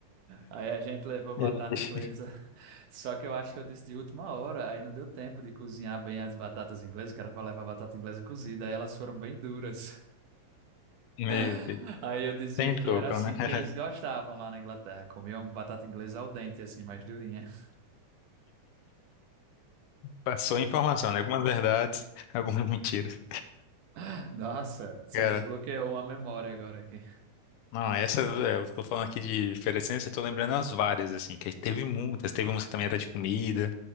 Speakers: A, on the right (about 75°); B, on the left (about 80°).
A: Aí a gente levou batata
B: <laughs>
A: inglesa. <laughs> Só que eu acho que eu disse de última hora. Aí não deu tempo de cozinhar bem as batatas inglesas, que era para levar batata inglesa cozida. Aí elas foram bem duras.
B: Meu
A: <laughs>
B: Deus.
A: Aí eu dizia
B: Tentou,
A: que era
B: pelo
A: assim
B: menos. <laughs>
A: que eles gostavam lá na Inglaterra. Comiam batata inglesa ao dente, assim, mais durinha.
B: Passou informação, né? Algumas verdades, <laughs> algumas mentiras.
A: <laughs> Nossa, você
B: Cara,
A: desbloqueou uma memória agora aqui.
B: Não, essa é, eu tô falando aqui de oferecendo, eu tô lembrando as várias, assim, que teve muitas, teve umas que também era de comida,